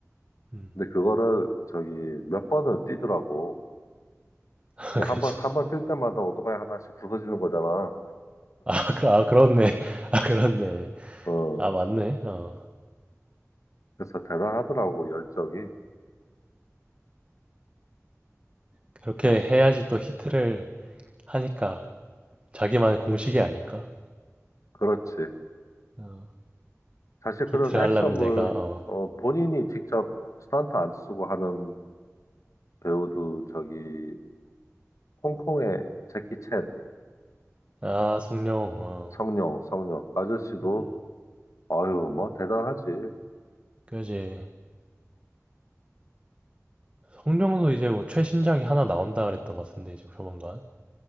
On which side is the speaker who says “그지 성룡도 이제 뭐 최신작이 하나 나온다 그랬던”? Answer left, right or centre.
Right